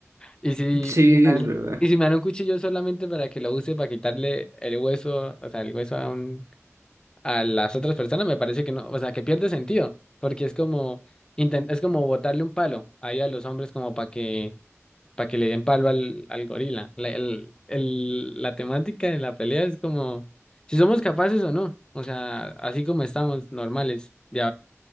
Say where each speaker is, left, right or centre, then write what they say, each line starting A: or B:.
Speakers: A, on the left (about 15°); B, on the right (about 70°).
A: Y si,
B: Sí,
A: y si me
B: es
A: dan,
B: verdad.
A: y si me dan un cuchillo solamente para que lo use para quitarle el hueso, o sea, el hueso a un, a las otras personas, me parece que no, o sea, que pierde sentido, porque es como, inten- es como botarle un palo ahí a los hombres como para que, para que le den palo al, al gorila. La, el, el- la temática de la pelea es como, si somos capaces o no, o sea, así como estamos normales, de,